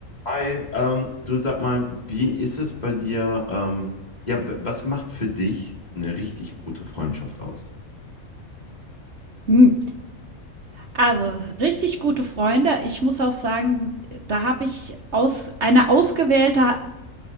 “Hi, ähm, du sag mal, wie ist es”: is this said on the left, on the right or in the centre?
Left